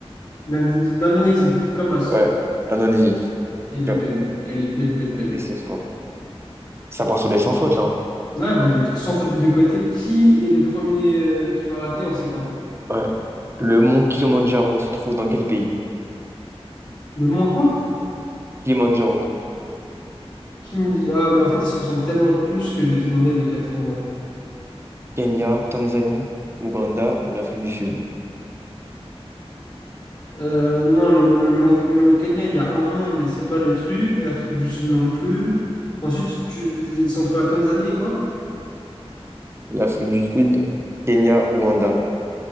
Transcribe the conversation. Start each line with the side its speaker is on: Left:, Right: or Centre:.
Left: L'Indé- L'Indonésie, Kamas.
Right: Ouais, Indonésie.
Left: Elle est
Right: Sûr.
Left: belle. Elle est belle, belle, belle.
Right: Ok, c'est fort. Ça part sur des sans fautes là. hein.
Left: Là, ben, sans faute des deux côtés, qui est le premier euh, qui va rater, on sait pas.
Right: Ouais. Le mont Kilimandjaro se trouve dans quel pays?
Left: Le Mans quoi?
Right: Kilimandjaro,
Left: Qui... me- Ah, mais en fait, ils se ressemblent tellement tous que je vais te demander les quatre en vrai.
Right: Kenya, Tanzanie, Ouganda ou l'Afrique du Sud?
Left: Euh, non, le, le, le Mont- le- au Kenya, il y a un Mont, mais c'est pas le truc. L'Afrique du Sud non plus. Ensuite, tu, tu- c'est entre la Tanzanie et quoi?
Right: L'Afrique du Sud, Kenya, Ouganda.